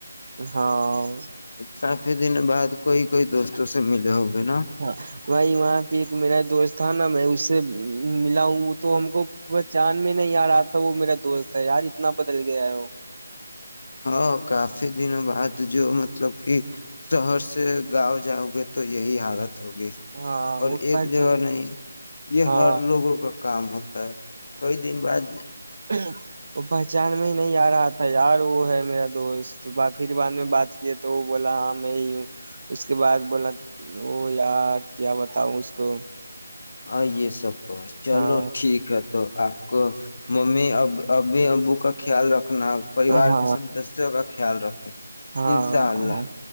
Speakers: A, on the right (about 50°); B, on the left (about 50°).
A: ہاں
B: کافی دن بعد کوئی کوئی دوستوں سے ملے ہو گے نا
A: ہاں بائی وہاں پہ ایک میرا دوست تھانا میں اس سے ملا ہوں وہ تو ہم کو پہچان میں نہیں آ رہا تھا وہ میرا دوست یار اتنا بدل گیا ہے وہ
B: ہاں کافی دنوں بعد جو مطلب کہ شہر سے گاؤں جاؤ گے تو یہی حالت ہوگی
A: ہاں
B: اور
A: وہ
B: ایک
A: پہچان
B: جگہ نہیں یہ
A: ہاں
B: ہر لوگوں کا کام ہوتا کئی دن بعد
A: ہ وہ پہچان میں ہی نہیں آ رہا تھا یار وہ ہے میرا دوست پھر بعد میں بات کی تو وہ بولا ہاں میں ہی ہوں اس کے بعد بولا وہ یار کیا بتاؤ اس کو
B: ہ یہ سب چلو
A: ہاں
B: ٹھیک ہے تو آپ ممی اب ابھی ابو کا خیال رکھنا پریوار
A: ہاں
B: کے سدسوں کا خیال ل رکھے
A: ہاں
B: انشاء اللہ
A: ہاں